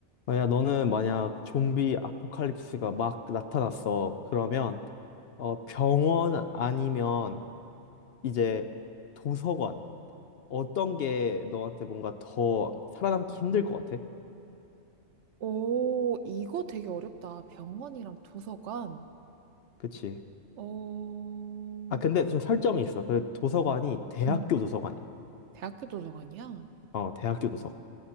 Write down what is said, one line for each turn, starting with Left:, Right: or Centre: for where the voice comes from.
Left: 만약 너는 만약 좀비 아포칼립스가 막 나타났어. 그러면 어, 병원 아니면 이제 도서관 어떤 게 너한테 뭔가 더 살아남기 힘들 것 같아?
Right: 오, 이거 되게 어렵다. 병원이랑 도서관.
Left: 그치?
Right: 어, 어,
Left: 아 근데 좀 설정이 있어. 그 도서관이 대학교
Right: 응.
Left: 도서관이야.
Right: 대학교 도서관이야?
Left: 어 대학교 도서관.